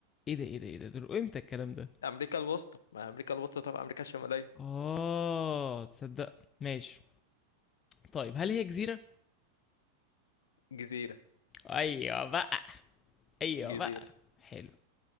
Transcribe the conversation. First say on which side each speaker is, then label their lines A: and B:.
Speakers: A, on the left; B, on the left.
A: ايه ده ايه ده ايه ده دول امتى الكلام ده
B: أمريكا الوسطى ما أمريكا الوسطى طب أمريكا الشمالية
A: اه تصدق ماشي طيب هل هي جزيرة
B: جزيرة
A: ايوه بقى ايوه
B: جزيرة
A: بقى حلو